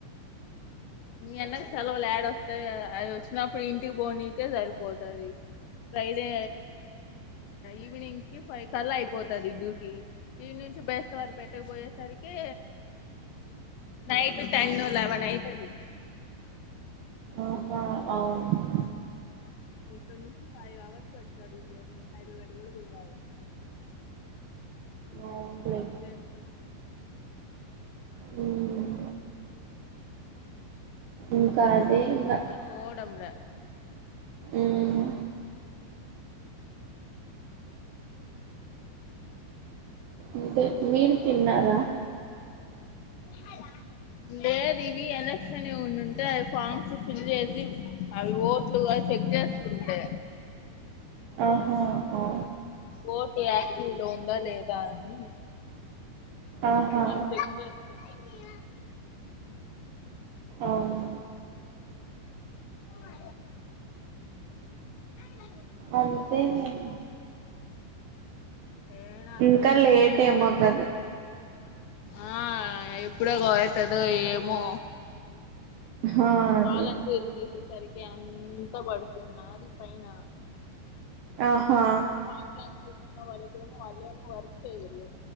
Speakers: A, on the left; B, on the right.
A: మీ అన్నకి సెలవులు యేడ వస్తాయి అది వచ్చినప్పుడు ఇంటికి పోనీకే సరిపోతది ఫ్రైడే ఈవినింగ్ కి ఫైవ్ కల్లా అయిపోతది డ్యూటీ ఈ నుంచి బేస్త వారు పెట్టకపోయేసరికి నైట్ టెన్ ను లె వెన్ అయితది
B: ఆహా అవును
A: ఇంక నుంచి ఫైవ్ అవర్స్ పడతాది జర్నీ హైదరాబ్యాడ్ కూడా పోయి రావచ్చు
B: అవునులే
A: అంత డిస్టెన్స్
B: మ్మ్ ఇంకా అదే ఇంకా
A: పోవడంమ్ లే
B: మ్మ్ అంటే మీరు తిన్నారా
A: ల లేదు ఇవి ఎలక్షన్ ఇ ఉంటేయి అవి ఫార్మ్స్ ఫిల్ చేసి అవి ఓట్లుగా చెక్ చేస్తుంటే
B: ఆహా ఆఓ
A: ఓటు యాక్టీవ్ లో ఉందా లేదా అని
B: ఆహా
A: అవి చెక్ చేస్త యా
B: అవును
A: ఆ న
B: అంతే మేడం
A: ఏడా అసలు
B: ఇంకా
A: ఏడికన్నా
B: లేట్
A: పోవాలని
B: ఏమో కదా
A: ఆ ఎప్పుడో గో అవుతదో ఏమో
B: హా
A: ఇవాళని
B: అదే
A: ఈయన లేచేసేసరికి అంత పడుతున్న అది పైన
B: ఆహా
A: వీళ్ళు కాంట్రాక్ట్ తీసుకున్న వాళ్ళకేమో వాళ్ళ ఏమో వర్క్ చేయ్యరు